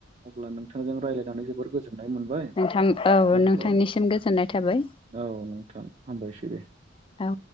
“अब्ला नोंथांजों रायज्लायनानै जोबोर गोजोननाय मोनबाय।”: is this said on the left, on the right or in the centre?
Right